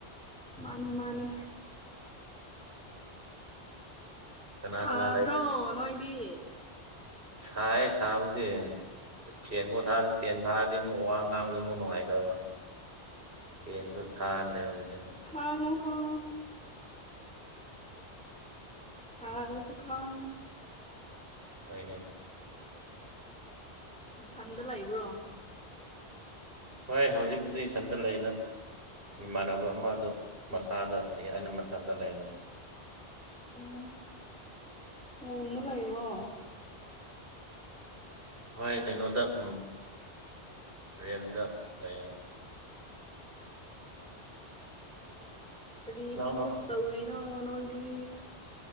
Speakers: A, in the centre; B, on the right.
A: ꯃꯟꯅꯤ ꯃꯟꯅꯤ
B: ꯀꯅꯥ
A: ꯁꯥꯗ꯭ꯔꯣ
B: ꯀꯅꯥ
A: ꯅꯣꯏꯗꯤ
B: ꯁꯥꯏꯌꯦ ꯁꯥꯕꯨꯗꯤ ꯐꯦꯟꯕꯣ ꯊꯥꯗ꯭ꯔꯤ ꯐꯦꯟ ꯊꯥ ꯑꯗꯨꯗꯤ ꯑꯃꯨꯛ ꯋꯥ ꯉꯥꯡꯕꯗꯃꯨꯛ ꯅꯨꯡꯉꯥꯏꯇꯕ ꯌꯦꯟꯁꯨ ꯊꯥꯗ꯭ꯔꯦ ꯍꯧꯖꯤꯛꯇꯤ ꯑꯗꯨꯝ
A: ꯈꯥꯡꯉꯣ ꯈꯥꯡꯉꯣ ꯁꯥꯔꯁꯨ ꯈꯥꯡꯉꯣ
B: ꯍꯣꯢꯅꯦ
A: ꯅꯐꯝꯗ ꯂꯩꯏꯕ꯭ꯔꯣ
B: ꯍꯣꯏ ꯍꯧꯖꯤꯛꯄꯨꯗꯤ ꯏꯊꯟꯇ ꯂꯩꯗ ꯏꯃꯥꯟꯅꯕ ꯑꯃꯗꯣ ꯃꯁꯥꯗ ꯂꯩ ꯍꯥꯢꯅ ꯃꯊꯛꯇ ꯂꯩꯍꯜꯂꯨ
A: ꯑꯣ ꯅꯌꯨꯝꯗ ꯂꯩꯕ꯭ꯔꯣ
B: ꯍꯣꯏ ꯀꯩꯅꯣꯗ ꯎꯝ ꯔꯦꯜꯗ ꯂꯩ ꯍꯥꯏꯌꯦ
A: ꯀꯔꯤ
B: ꯅꯪꯅ
A: ꯊꯕꯛ ꯇꯧꯔꯤꯅꯣ ꯅꯣꯏꯗꯤ